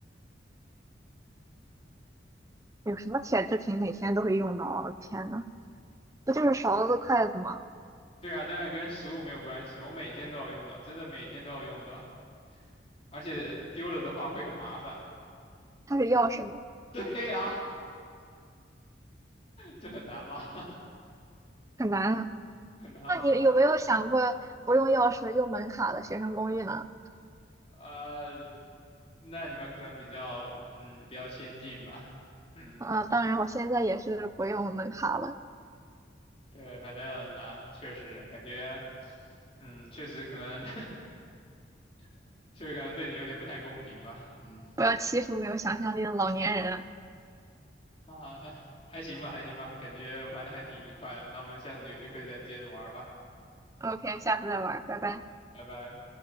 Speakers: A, on the right; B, on the left.
A: 有什么铁制品每天都会用到啊？我的天呐，不就是勺子、筷子吗？
B: 对啊，但是跟食物没有关系，我每天都要用到，真的每天都要用到。而且丢了的话会很麻烦。
A: 它是钥匙吗？
B: <laughs> 对呀，这很难吗？
A: 很难啊。
B: <laughs> 很难吗？
A: 那你有没有想过不用钥匙用门卡的学生公寓呢？
B: 呃，那你们可能比较嗯比较先进吧，嗯，
A: 啊，当然，我现在也是不用门卡了。
B: 对，反正啊，确实感觉嗯确实可能 <laughs> 确实可能对你有点不太公平吧，嗯
A: 不要欺负没有想象力的老年人。
B: 啊还行吧还行吧，感觉玩的还挺愉快的，那我们下次有机会再接着玩吧，
A: OK，下次再玩，拜拜。
B: 拜拜。